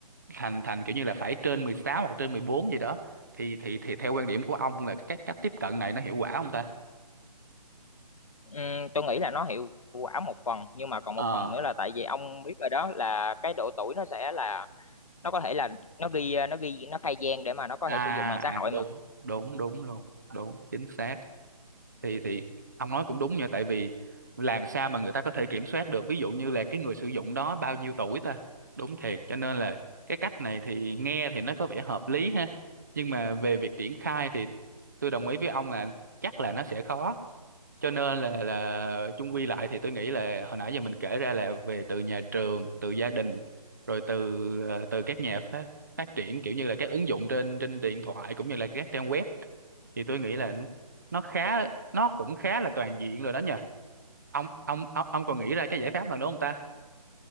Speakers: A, on the right; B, on the left.
A: thành thành kiểu như là phải trên 16 hoặc trên 14 gì đó. Thì thì thì theo quan điểm của ông là cách cách tiếp cận này nó hiệu quả không ta?
B: Ừm, tôi nghĩ là nó hiệu quả một phần nhưng mà còn
A: Ờ.
B: một phần nữa là tại vì ông biết rồi đó là cái độ tuổi nó sẽ là nó có thể là nó ghi ờ, nó ghi nó khai gian để mà nó có
A: À,
B: thể sử dụng mạng
A: à
B: xã hội
A: đúng,
B: mà
A: đúng đúng luôn. Đúng, chính xác. thì thì ông nói cũng đúng nha tại vì làm sao mà người ta có thể kiểm soát được ví dụ như là cái người sử dụng đó bao nhiêu tuổi ta đúng thiệt cho nên là cái cách này thì nghe thì nó có vẻ hợp lý ha nhưng mà về việc triển khai thì tôi đồng ý với ông là chắc là nó sẽ khó cho nên là là chung quy lại thì tôi nghĩ là hồi nãy giờ mình kể ra là về từ nhà trường từ gia đình rồi từ ờ, từ các nhà phát phát triển kiểu như là các ứng dụng trên trên điện thoại cũng như là các trang web thì tôi nghĩ là nó khá nó cũng khá là toàn diện rồi đó nhờ ông ông ông, ông còn nghĩ ra cái giải pháp nào nữa không ta